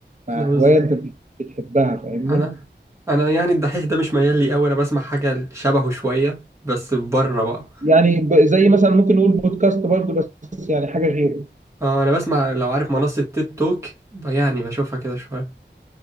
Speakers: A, on the right (about 40°); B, on the right (about 15°).
A: مع
B: أنا بز...
A: هوايه انت بتحبها فاهمني
B: أنا أنا يعني الدحيح ده مش ميال لي أوي أنا بسمع حاجة شبهه شوية بس بره بقى
A: يعني ب- زي مثلا ممكن نقول بودكاست برضو بس يعني حاجه غيره
B: آه أنا بسمع لو عارف منصة تيك توك ب- يعني بشوفها كده شوية